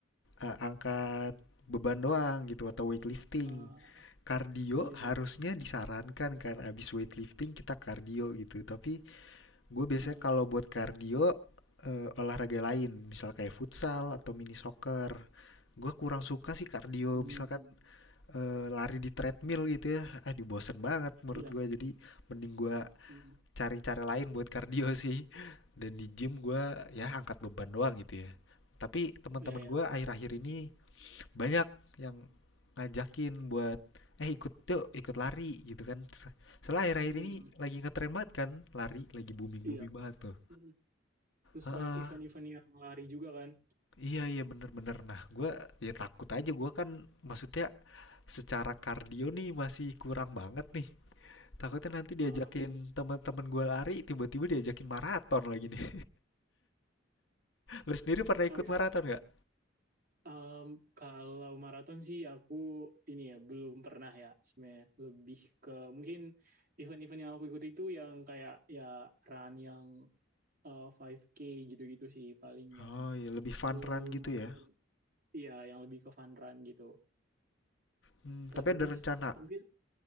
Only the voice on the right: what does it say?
ah,
iya
iya iya.
Heeh.
Mmm,
iya,
mhm,
iya iya,
mhm,
iya,
mhm. Terus
banyak event-event yang lari juga kan?
Heeh.
Oh
ya,
mmm, kalau maraton sih aku ini ya, belum pernah ya sebenarnya, lebih ke mungkin event-event yang aku ikuti itu yang kayak ya run yang, eee, 5K gitu-gitu sih paling yang,
eee,
lumayan
iya yang lebih ke fun run gitu.
Terus
mungkin